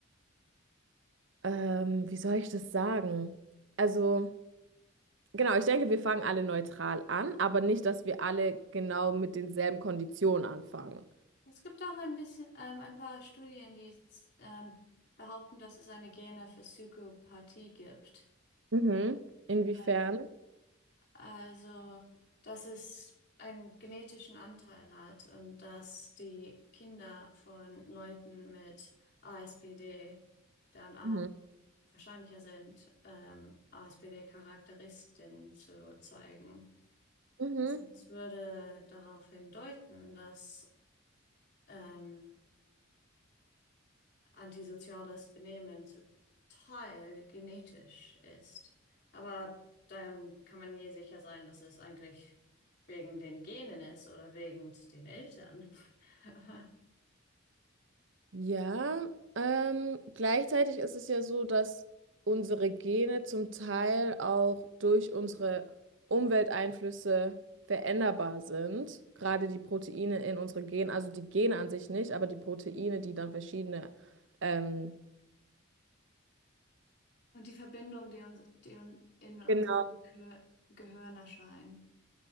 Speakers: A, on the right; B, on the left.
A: ähm, wie soll ich das sagen? Also, genau, ich denke, wir fangen alle neutral an, aber nicht, dass wir alle genau mit denselben Konditionen anfangen.
B: Es gibt auch ein bisschen, ähm, ein paar Studien, die ähm, behaupten, dass es eine Gene für Psychopathie gibt.
A: Mhm. Inwiefern?
B: Ähm, also, dass es einen genetischen Anteil hat und dass die Kinder von Leuten mit ASPD dann auch
A: Mhm.
B: wahrscheinlicher sind, ähm, ASPD-Charakteristiken zu zeigen.
A: Mhm.
B: Also, Das würde darauf hindeuten, dass ähm, antisoziales Benehmen zum Teil genetisch ist. Aber dann kann man je sicher sein, dass es eigentlich wegen den Genen ist oder wegen den Eltern. <laughs>
A: Ja, ähm, gleichzeitig ist es ja so, dass unsere Gene zum Teil auch durch unsere Umwelteinflüsse veränderbar sind. Gerade die Proteine in unseren Genen, also die Gene an sich nicht, aber die Proteine, die dann verschiedene ähm,
B: Und die Verbindung, die uns, die uns in unserem
A: Genau.
B: Gehir- Gehirn erscheint.